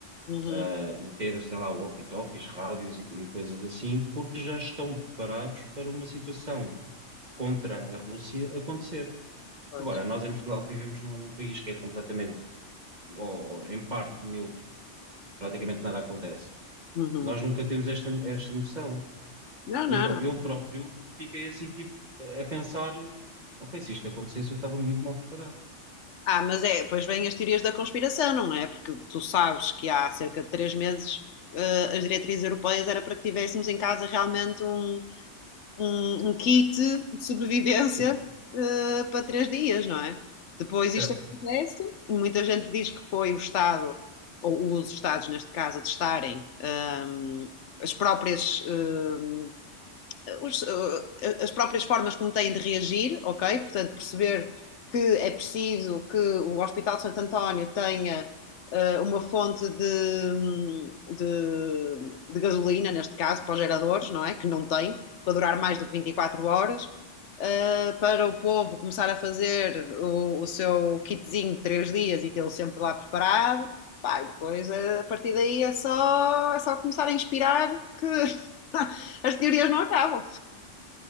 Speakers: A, on the left; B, on the right.
A: uhum,
B: ah, e ter, sei lá, walkie-talkies, rádios e, e coisas assim, porque já estão preparados para uma situação contra a Rússia acontecer.
A: pois,
B: Agora, nós em Portugal vivemos num, num país que é completamente, ou, ou em parte, neutro, praticamente nada acontece.
A: uhum.
B: Nós nunca temos esta, esta noção.
A: Não,
B: E
A: não.
B: então
A: não.
B: eu próprio fiquei assim, tipo, a pensar: ok, se isto acontecesse, eu estava muito mal preparado.
A: Ah, mas é, depois vêm as teorias da conspiração, não é? Porque tu sabes que há cerca de três meses, eh, as diretrizes europeias era para que tivéssemos em casa realmente um um, um kit de sobrevivência
B: Sim,
A: eh, para três dias, não é? Depois
B: certo.
A: isto acontece, e muita gente diz que foi o Estado, ou os Estados neste caso, a testarem hum, as próprias hum, os, as próprias formas como têm de reagir, ok? Portanto, perceber que é preciso que o Hospital de Santo António tenha uh, uma fonte de, de, de, gasolina, neste caso, para os geradores, não é? Que não tem, para durar mais do que 24 horas, uh, para o povo começar a fazer o, o seu kitzinho de 3 dias e tê-lo sempre lá preparado. Pá, e depois, eh, a partir daí, é só, é só começar a inspirar que <laughs> as teorias não acabam.